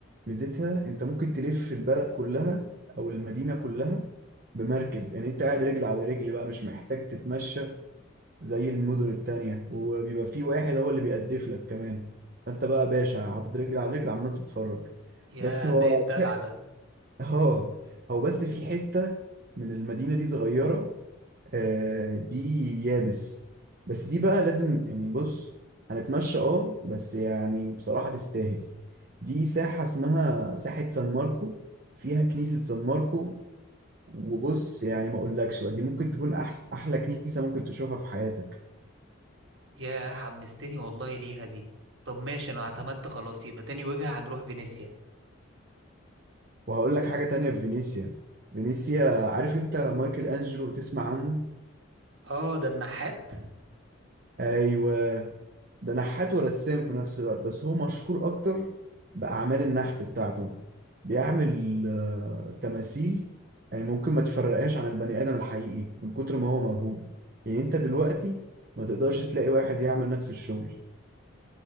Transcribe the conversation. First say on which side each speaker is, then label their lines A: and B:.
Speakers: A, on the right; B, on the right.
A: ميزتها انت ممكن تلف البلد كلها او المدينة كلها بمركب يعني انت قاعد رجل على رجل بقى مش محتاج تتمشى زي المدن التانية وبيبقى في واحد هو اللي بيقدف لك كمان فانت بقى باشا حاطط رجل على رجل عمال تتفرج
B: يا
A: بس هو
B: بقيت
A: <laughs>
B: دلع
A: اه هو بس في حتة من المدينة دي صغيرة آه دي يابس بس دي بقى لازم يعني بص هنتمشى اه بس يعني بصراحة تستاهل دي ساحة اسمها ساحة سان ماركو فيها كنيسة سان ماركو وبص يعني ما اقولكش بقى دي ممكن تكون أحس... احلى كنيسة ممكن تشوفها في حياتك
B: يا حمستني والله ليها دي طب ماشي انا اعتمدت خلاص يبقى تاني وجهة هنروح فينيسيا
A: وهقول لك حاجة تانية في فينيسيا فينيسيا عارف انت مايكل انجلو تسمع عنه
B: اه ده النحات
A: ايوه ده نحات ورسام في نفس الوقت بس هو مشهور اكتر بأعمال النحت بتاعته بيعمل آه، تماثيل يعني ممكن ما تفرقهاش عن البني آدم الحقيقي من كتر ما هو موهوب يعني انت دلوقتي ما تقدرش تلاقي واحد يعمل نفس الشغل